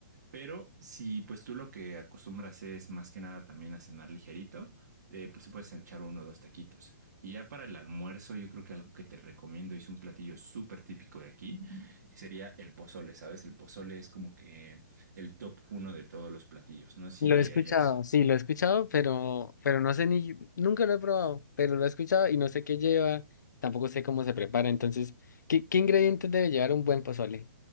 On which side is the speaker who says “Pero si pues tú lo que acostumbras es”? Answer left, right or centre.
Right